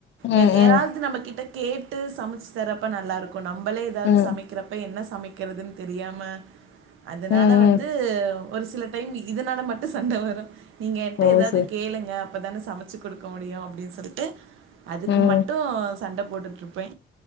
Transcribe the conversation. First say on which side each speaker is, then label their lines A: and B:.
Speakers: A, on the left; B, on the right.
A: ம் ம் ம்
B: எ ஏதாவது நம்ம கிட்ட கேட்டு சமைச்சு தரப்ப நல்லாருக்கு நம்பளே ஏதாவது
A: ம் ம்
B: சமைக்கிறப்ப என்ன சமைக் சமக்கிறதுனு தெரியாம அதனால
A: ம் ம்
B: வந்து ஒரு சில டைம் இதுனால மட்டு சண்ட வரும் நீங்க என்ட்ட
A: ஓ
B: ஏதாவது
A: சரி
B: கேளுங்க அப்பதானே சமைச்சு குடுக்க முடியு அப்டினு சொல்ட்டு அதுக்கு
A: ம்
B: மட்டு சண்ட போட்டுட்ருப்ப